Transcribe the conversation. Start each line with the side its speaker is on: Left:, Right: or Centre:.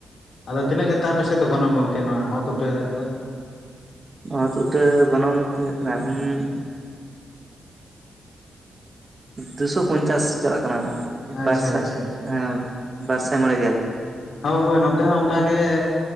Left: ᱟᱫᱚ ᱛᱤᱱᱟᱹᱜ ᱠᱟᱛᱮ ᱟᱯᱮ ᱥᱮᱫ ᱫᱚ ᱜᱚᱱᱚᱝ ᱜᱚᱝᱠᱮ ᱱᱚᱣᱟ ᱚᱛ ᱩᱴᱟᱹ ᱟᱜ ᱫᱚ?
Right: ᱱᱚᱣᱟ ᱚᱛ ᱩᱴᱟᱹ ᱜᱚᱱᱚᱝ ᱛᱤᱱᱟᱹᱜ ᱠᱟᱱᱟ ᱸᱢ ᱫᱩᱥᱚ ᱯᱚᱧᱪᱟᱥ ᱪᱟᱞᱟᱜ ᱠᱟᱱᱟ
Left: ᱟᱪᱪᱷᱟ
Right: ᱵᱟᱨ ᱥᱟᱭ
Left: ᱟᱪᱪᱷᱟ ᱟᱪᱪᱷᱟ
Right: ᱦᱮᱸ ᱵᱟᱨ ᱥᱟᱭ ᱢᱚᱬᱮ ᱜᱮᱞ
Left: ᱦᱳᱭ ᱦᱳᱭ ᱱᱚᱛᱮ ᱦᱚᱸ ᱚᱱᱠᱟ ᱜᱮ